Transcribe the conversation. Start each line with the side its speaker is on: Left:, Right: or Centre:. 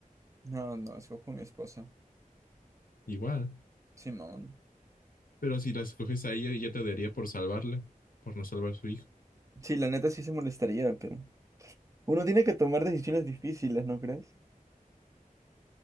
Right: No, no, escojo a mi esposa.
Left: igual.
Right: Simón.
Left: Pero si las coges a ella, ella te daría por salvarle, por no salvar a su hijo.
Right: Sí, la neta sí se molestaría, pero... Uno tiene que tomar decisiones difíciles, ¿no crees?